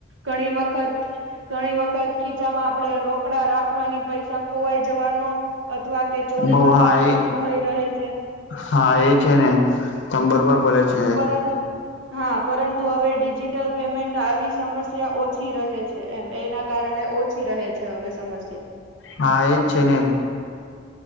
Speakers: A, on the right; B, on the left.
A: ઘણી વખત ઘણી વખત ખીચામાં આપણેે રોકડા રાખવાની પૈસા ખોવાઈ જવાનો અથવા કે ચોરી
B: બઉ
A: થવાનો
B: હા એ
A: પણ ભય રહે છે.
B: હા એ છે ને તમ બરોબર બોલે છે
A: પરંતુ હા પરંતુ હવે ડિજિટલ પેમેન્ટ આવીશ સમસ્યા ઓછી રહે છે એમ. એના કારણે ઓછી રહે છે હવે સમસ્યા.
B: હા એ જ છે ને.